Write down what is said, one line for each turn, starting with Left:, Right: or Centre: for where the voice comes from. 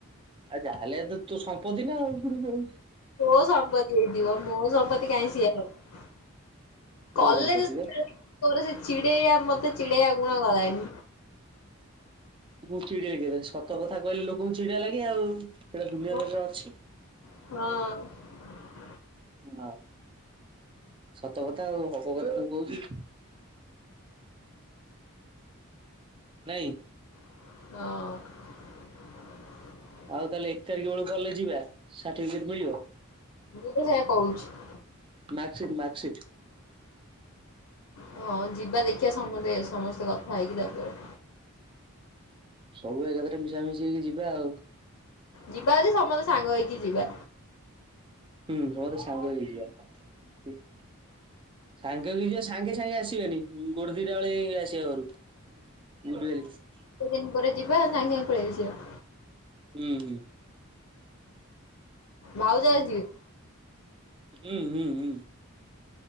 Right: ଆଉ ଯାହାେଲେ ତୋ ସମ୍ପତ୍ତି ନା ଆଉ ପୁଣି କହୁଚୁ।
Left: ତୋ ସମ୍ପତ୍ତି ହେଇଥିବ ମୋ ସମ୍ପତ୍ତି କାଇଁ ସିଏ ହବ। କ୍ଲଜ
Right: ତୋ ସମ୍ପତ୍ତି ବା।
Left: <unintelligible> ଚିଡେଇଆ ମତେ ଚିଡେଇଆ ଗୁଣା ଗଲାଣି।
Right: ମୁ ଚିଡେଇ କେ ସତ କଥା କହିଲେ ଲୋକଙ୍କୁ ଚିଡିଆ ଲାଗେ ଆଉ ସେଇଟା ଦୁନିଆ
Left: ହଁ
Right: ଦେରରେ ଅଛି।
Left: ହଁ।
Right: ହଁ ସତ କଥା ଆଉ ହବ କଥା ତୁ କହୁଚୁ। ନାଇଁ।
Left: ହଁ।
Right: ଆଉ ତାହେଲେ ଏକ ତାରିଖ ବେଳକୁ କଲେ ଯିବା ସାର୍ଟିଫିକେଟ ମିଳିବ।
Left: ତୁ ସେଇଆ କହୁଚୁ।
Right: Mark sheet mark sheet.
Left: ହଁ ଯିବା ଦେଖିବା ସମସ୍ତେ ସମସ୍ତେ କଥା ହେଇକି ତାପରେ।
Right: ସବୁ ଏକାଥାରେ ମିଶାମିଶି ହେଇକି ଯିବା ଆଉ।
Left: ଯିବା ଯଦି ସମସ୍ତେ ସାଙ୍ଗ ହେଇକି ଯିବା
Right: ହୁଁ ସମସ୍ତେ ସାଙ୍ଗ ହେଇଯାଇଯିବା ସାଙ୍ଗ ହେଇକି ଯିବ ସାଙ୍ଗେ ସାଙ୍ଗେ ଆସିବେନି ଗୋଟେ ଦିଟା ବେଳେ ଯାଇକି ଆସିବା ଘରୁ କୁ <unintelligible>
Left: ଏତେ ଦିନ ପରେ ଯିବା ଆଉ ସାଙ୍ଗେ ପଳେଇସିବା।
Right: ହୁଁ।
Left: ଭାଉଜ ଆଜି ଯିବେ
Right: ହୁଁ ହୁଁ ହୁଁ